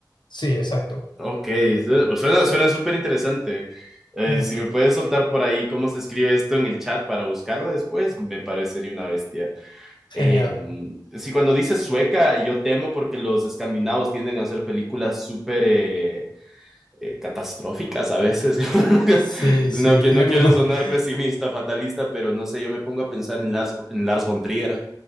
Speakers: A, on the left; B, in the centre.
A: Sí, exacto.
B: Ok, su- suena, suena súper interesante. Eh,
A: Mm.
B: si me puedes soltar por ahí cómo se escribe esto en el chat para buscarla después, me parecería una bestia. Eh,
A: Genial.
B: si cuando dices sueca, yo temo porque los escandinavos tienden a hacer películas súper eh, eh, catastróficas a veces. <laughs>
A: Sí,
B: No,
A: sí,
B: que
A: tienen
B: no quiero
A: un... <laughs>
B: sonar pesimista, fatalista, pero no sé, yo me pongo a pensar en Lars, en Lars von Trier.